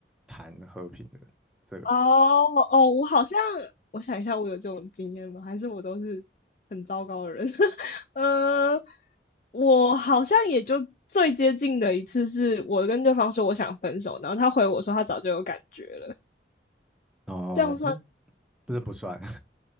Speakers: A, in the centre; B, on the left.
A: 谈和平的这个，
B: 哦哦，我好像我想一下，我有这种经验吗？还是我都是很糟糕的人？<laughs> 呃，我好像也就最接近的一次是我跟对方说我想分手，然后他回我说他早就有感觉了，
A: 哦，
B: 这样算是
A: 那不是不算，